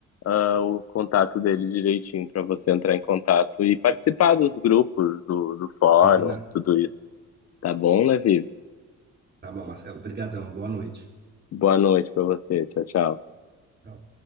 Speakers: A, on the left; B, on the right.
A: ah, o contato dele direitinho para você entrar em contato e participar dos grupos, do, do fórum,
B: Combinado.
A: tudo isso. Tá bom, Levi?
B: Tá bom, Marcelo. Obrigadão. Boa noite.
A: Boa noite para você. Tchau, tchau.
B: Tchau.